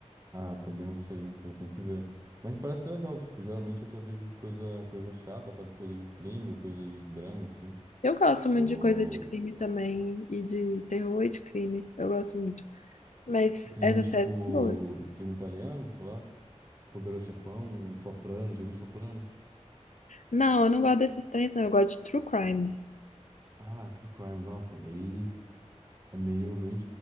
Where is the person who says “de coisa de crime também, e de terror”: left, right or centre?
Left